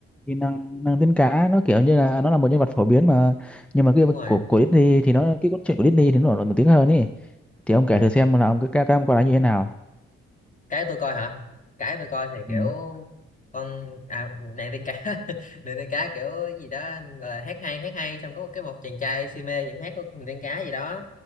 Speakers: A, in the centre; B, on the left.
A: thì nàng nàng tiên cá nó kiểu như là nó là một nhân vật phổ biến mà nhưng mà cái
B: đúng rồi
A: của của Disney thì nó cái cốt truyện của Disney thì nó nổi nổi tiếng hơn ấy thì ông kể
B: à,
A: thử xem là ông cái các ông coi nó như thế nào
B: cái tôi coi hả cái tôi coi thì kiểu
A: ừ.
B: con à nàng tiên cá <laughs> nàng tiên cá kiểu gì đó gọi là hát hay hát hay xong có một cái một chàng trai si mê vẫn hát của nàng tiên cá gì đó